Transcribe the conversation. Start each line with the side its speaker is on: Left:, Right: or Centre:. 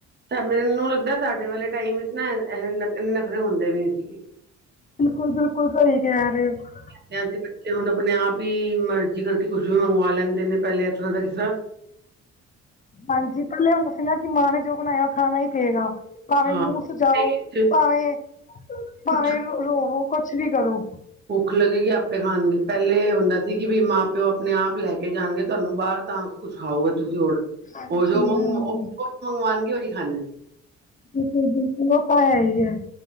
Right: ਅੱੱਛਾ ਮੈਨੂੂ ਲੱਗਦਾ ਸਾਡੇ ਵਾਲੇ ਟਾਈਮ ਵਿੱਚ ਨਾ ਐ ਐ ਨਖਰੇ ਹੁੰਦੇ ਵੀ ਨੀ ਸੀਗੇ।
Left: ਬਿਲਕੁਲ ਬਿਲਕੁਲ ਸਈ ਕੈ ਰੈ ਓ।
Right: ਅਜਕਲ ਦੇ ਬੱਚੇ ਹੁਣ ਆਪਣੇ ਆਪ ਈ, ਮਰਜ਼ੀ ਕਰਕੇ ਕੁੱਛ ਵੀ ਮੰਗਵਾ ਲੈਂਦੇ ਨੇ। ਪੈਲੇ ਏਸ ਤਰ੍ਹਾਂ ਦਾ ਕਿਸ ਤਰ੍ਹਾਂ
Left: ਹਾਂਜੀ ਪੈਲੇ ਹੁੰਦਾ ਸੀ ਨਾ ਕੀ ਮਾਂ ਨੇ ਜੋ ਬਣਾਇਆ ਓ ਖਾਣਾ ਈ ਪਏਗਾ। ਭਾਵੇਂ ਮੂੰਹ
Right: ਹਾਂ
Left: ਸਜਾਓ,
Right: ਤੇ
Left: ਭਾਵੇਂ ਭਾਵੇਂ
Right: ਕੁਛ
Left: ਰੋਵੋ, ਕੁਛ ਵੀ ਕਰੋ।
Right: ਭੁੱਖ ਲੱਗੇਗੀ ਆਪੇ ਖਾਣਗੇ, ਪੈਲੇ ਏ ਹੁੰਦਾ ਸੀ ਕੀ ਵੀ ਮਾਂ ਪਿਓ ਆਪਣੇ ਆਪ ਲੈ ਕੇ ਜਾਣਗੇ। ਤੁਆਨੂੰ ਬਾਰ ਤਾਂ ਕੁਛ ਖਾਓਗੇ ਤੁਸੀਂ ਹੋਰ
Left: ਹਾਂਜੀ
Right: ਓ ਜੋ ਮੰਗ
Left: ਹਾਂਜੀ
Right: ਮੰਗਵਾਣਗੇ ਓਈ ਖਾਨਾ।
Left: ਬਿਲਕੁਲ-ਬਿਲਕੁਲ ਓਹ ਪਾਇਆ ਇ ਐ।